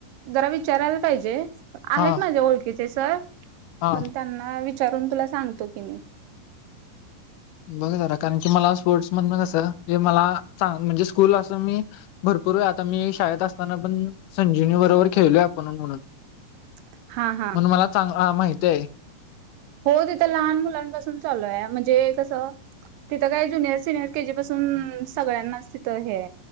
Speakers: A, on the right; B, on the left.
A: जरा विचारायला पाहिजे
B: हा
A: आहेत माझ्या ओळखीचे सर
B: हा
A: पण त्यांना विचारून तुला सागते सांगतो की मी
B: बघ जरा कारण की मला स्पोर्टस मधन कसे जरा मला चांगल म्हणजे स्कूल अस मी भरपूर आता मी शाळेत असताना पण संजीवनी बरोबर खेळलोय आपण म्हणून
A: <inaudible> हा
B: म्हणून माल चांगल माहती आहे.
A: हो तेिथ लहान मुलांपासून चालूय म्हणजे कसं तिथं काय ज्युनियर सिनियर के जी पासून सगळ्यांनाच तिथं हे